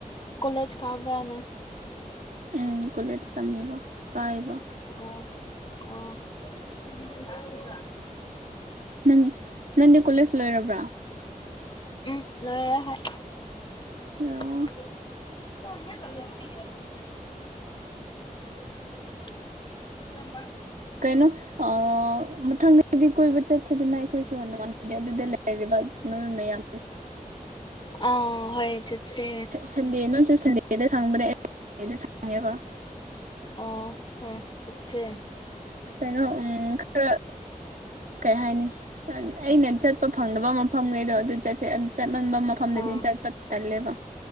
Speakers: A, on the left; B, on the right.
A: ꯀꯣꯂꯦꯖ ꯀꯥꯕ꯭ꯔꯥ ꯅꯪ
B: ꯎꯝ ꯀꯣꯂꯦꯠꯁ ꯇꯝꯃꯤꯕ ꯀꯥꯏꯕ
A: ꯑꯣ ꯑꯣ <unintelligible>
B: ꯅꯪ ꯅꯪꯗꯤ ꯀꯣꯂꯦꯖ ꯂꯣꯏꯔꯕ꯭ꯔꯥ
A: ꯎꯝ ꯂꯣꯏꯔꯦ ꯍꯣꯏ
B: <unintelligible>
A: <unintelligible> <unintelligible>
B: ꯀꯩꯅꯣ ꯑꯥ ꯃꯊꯪꯗꯗꯤ ꯀꯣꯏꯕ ꯆꯠꯁꯤꯗꯅ ꯑꯩꯈꯣꯏꯁꯨ ꯅꯃꯥꯟꯅꯕꯤ ꯑꯗꯨꯗ ꯂꯩꯔꯤꯕ ꯅꯣꯏ ꯃꯌꯥꯝ
A: ꯑꯥ ꯍꯣꯏ ꯆꯠꯁꯦ
B: ꯁꯟꯗꯦ ꯅꯪꯁꯨ ꯁꯟꯗꯦꯗ ꯁꯪꯕꯅꯦ ꯑꯩ ꯁꯟꯗꯦꯗ ꯁꯪꯉꯦꯕ
A: ꯑꯣ ꯍ ꯆꯠꯁꯦ
B: ꯀꯩꯅꯣ ꯈꯔ ꯀꯩ ꯍꯥꯏꯅꯤ ꯑꯩꯅ ꯆꯠꯄ ꯐꯪꯗꯕ ꯃꯐꯝꯈꯩꯗꯣ ꯑꯗꯨ ꯆꯠꯂꯝꯟꯕ ꯃꯐꯝꯗꯗꯤ
A: ꯑꯥ
B: ꯆꯠꯄ ꯇꯜꯂꯦꯕ